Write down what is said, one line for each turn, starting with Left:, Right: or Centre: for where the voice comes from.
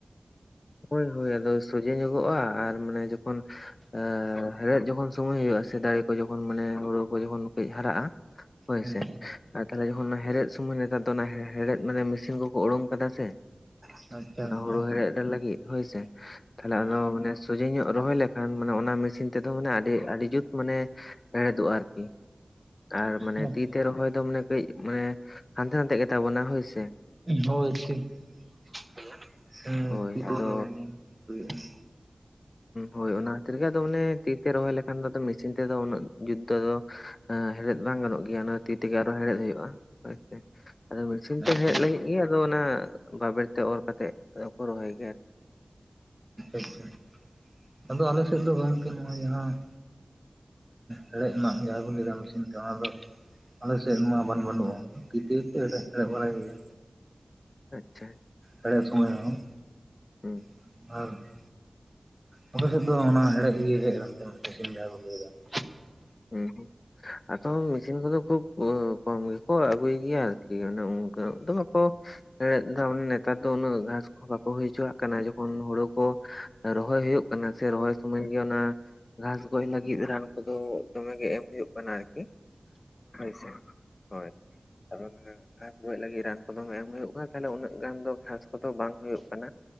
Left: ᱦᱚᱭ ᱦᱚᱭ ᱟᱫᱚ ᱥᱚᱡᱷᱮ ᱧᱚᱜᱚᱜᱼᱟ ᱟᱨ ᱢᱟᱱᱮ ᱡᱚᱠᱷᱚᱱ ᱟᱸᱻ ᱦᱮᱲᱦᱮᱫ ᱡᱚᱠᱷᱚᱱ ᱥᱚᱢᱚᱭ ᱦᱩᱭᱩᱜᱼᱟ ᱥᱮ ᱫᱟᱨᱮ ᱠᱚ ᱡᱚᱠᱷᱚᱱ ᱢᱟᱱᱮ ᱦᱳᱲᱳ ᱠᱚ ᱡᱮᱢᱚᱱ ᱦᱟᱨᱟᱜᱼᱟ ᱦᱚᱭᱥᱮ
Right: ᱦᱩᱸ
Left: ᱟᱨ ᱛᱟᱦᱚᱞᱮ ᱡᱚᱠᱷᱚᱱ ᱚᱱᱟ ᱦᱮᱲᱦᱮᱫ ᱥᱚᱢᱚᱭ ᱱᱮᱛᱟᱨ ᱫᱚ ᱚᱱᱟ ᱦᱮᱲᱦᱮᱫ ᱢᱟᱱᱮ ᱢᱮᱥᱤᱱ ᱠᱚᱠᱚ ᱩᱰᱩᱝ ᱟᱠᱟᱫᱟ ᱥᱮ
Right: ᱟᱪᱪᱷᱟ ᱟᱪᱪᱷᱟ
Left: ᱦᱳᱲᱳ ᱦᱮᱲᱦᱮᱫ ᱞᱟᱹᱜᱤᱫ ᱦᱚᱭᱥᱮ ᱛᱟᱦᱮᱞᱮ ᱟᱫᱚ ᱥᱚᱡᱷᱮ ᱧᱚᱜ ᱨᱚᱦᱚᱭ ᱞᱮᱠᱷᱟᱱ ᱚᱱᱟ ᱢᱤᱥᱤᱱ ᱛᱮᱫᱚ ᱢᱟᱱᱮ ᱟᱹᱰᱤ ᱟᱹᱰᱤ ᱡᱩᱛ ᱢᱟᱱᱮ ᱦᱮᱲᱦᱮᱫᱚᱜᱼᱟ ᱟᱨᱠᱤ ᱟᱨ ᱢᱟᱱᱮ
Right: ᱦᱮᱸ
Left: ᱛᱤ ᱛᱮ ᱨᱚᱦᱚᱭ ᱫᱚ ᱢᱟᱱᱮ ᱠᱟᱹᱡ ᱢᱟᱱᱮ ᱦᱟᱱᱛᱮᱼᱱᱟᱦᱛᱮ ᱜᱮᱛᱟ ᱵᱚᱱᱟ ᱦᱚᱭᱥᱮ ᱾
Right: ᱦᱚᱭ ᱛᱤᱡ <unintelligible> ᱦᱤᱭᱳ-ᱟ.
Left: ᱦᱳᱭ ᱟᱫᱚ
Right: ᱾
Left: ᱦᱚᱭ ᱚᱱᱟ ᱠᱷᱟᱹᱛᱤᱨ ᱜᱮ ᱟᱫᱚ ᱢᱟᱱᱮ ᱛᱤᱛᱮ ᱨᱚᱦᱚᱭ ᱞᱮᱠᱷᱟᱱ ᱫᱚ ᱢᱮᱥᱤᱱ ᱛᱮᱫᱚ ᱩᱱᱟᱹᱜ ᱡᱩᱛ ᱫᱚ ᱦᱮᱲᱦᱮᱫ ᱵᱟᱝ ᱜᱟᱱᱚᱜ ᱜᱮᱭᱟ ᱚᱱᱟ ᱛᱤ ᱛᱮᱜᱮ ᱟᱨᱦᱚᱸ ᱦᱮᱲᱦᱮᱫ ᱦᱩᱭᱩᱜᱼᱟ ᱟᱪᱷᱟ ᱟᱫᱚ ᱢᱤᱥᱤᱱ
Right: ᱟᱪᱪᱷᱟ
Left: ᱛᱮ ᱦᱮᱡ ᱞᱟᱹᱜᱤᱫ ᱜᱮ ᱟᱫᱚ ᱚᱱᱟ, ᱵᱟᱵᱮᱨ ᱛᱮ ᱚᱨ ᱠᱟᱛᱮᱫ ᱟᱫᱚ ᱠᱚ ᱨᱚᱦᱚᱭ ᱜᱮᱭᱟ?
Right: ᱟᱪᱷᱟ ᱟᱫᱚ ᱟᱞᱮ ᱥᱮᱫ ᱫᱚ ᱜᱚᱝᱠᱮ ᱱᱚᱜᱼᱚᱭ ᱡᱟᱦᱟᱸ ᱦᱮᱲᱦᱮᱫ ᱢᱟ ᱡᱟᱦᱟᱸ ᱵᱚᱱ ᱞᱟᱹᱭᱮᱫᱟ ᱢᱮᱥᱤᱱ ᱛᱮ ᱚᱱᱟᱫᱚ ᱟᱞᱮᱥᱮᱫ ᱢᱟ ᱵᱟᱱᱼᱵᱟᱹᱱᱩᱜᱼᱟ ᱛᱤ ᱛᱮ ᱦᱮᱲᱦᱮᱫ ᱵᱟᱲᱟᱭ ᱦᱩᱭᱩᱜᱼᱟ
Left: ᱟᱪᱪᱷᱟ
Right: ᱦᱮᱲᱦᱮᱫ ᱥᱚᱢᱚᱭ ᱦᱚᱸ
Left: ᱦᱩᱸ
Right: <unintelligible> ᱟᱯᱮ ᱥᱮᱫ ᱫᱚ ᱚᱱᱟ ᱮᱲᱮᱡ ᱤᱭᱟᱹ <unintelligible>
Left: ᱦᱮᱸ ᱟᱫᱚ ᱢᱤᱥᱤᱱ ᱠᱚᱫᱚ ᱠᱷᱩᱵ ᱠᱚᱢ ᱜᱮᱠᱚ ᱟᱹᱜᱩᱭ ᱜᱮᱭᱟ ᱟᱨᱠᱤ ᱚᱱᱟ ᱠᱚᱭᱚᱜ ᱫᱚ ᱵᱟᱠᱚ ᱦᱮᱲᱦᱮᱫ ᱫᱚ ᱱᱮᱛᱟᱨ ᱫᱚ ᱩᱱᱟᱹᱜ ᱜᱷᱟᱥ ᱠᱚᱦᱚᱸ ᱵᱟᱠᱚ ᱦᱳᱭ ᱦᱚᱪᱚᱣᱟᱜ ᱠᱟᱱᱟ, ᱡᱚᱠᱷᱚᱱ ᱦᱳᱲᱳ ᱠᱚ ᱨᱚᱦᱚᱭ ᱦᱳᱭᱳᱜ ᱠᱟᱱᱟ ᱥᱮ ᱨᱚᱦᱚᱭ ᱥᱩᱢᱟᱹᱭ ᱜᱮ ᱚᱱᱟ ᱜᱷᱟᱥ ᱜᱚᱡ ᱞᱟᱹᱜᱤᱫ ᱨᱟᱱ ᱠᱚᱫᱚ ᱫᱚᱢᱮ ᱜᱮ ᱮᱢ ᱦᱳᱭᱳᱜ ᱠᱟᱱᱟ ᱟᱨᱠᱤ ᱦᱳᱭ ᱥᱮ ᱦᱳᱭ ᱟᱫᱚ ᱚᱱᱟ ᱜᱷᱟᱥ ᱜᱚᱡ ᱞᱟᱹᱜᱤᱫ ᱨᱟᱱ ᱠᱚᱫᱚ ᱮᱢ ᱦᱳᱭᱳᱜ ᱠᱟᱱ ᱫᱚ ᱛᱟᱦᱚᱞᱮ ᱩᱱᱟᱹᱜ ᱜᱟᱱ ᱫᱚ ᱜᱷᱟᱥ ᱠᱚᱫᱚ ᱵᱟᱝ ᱦᱳᱭᱳᱜ ᱠᱟᱱᱟ᱾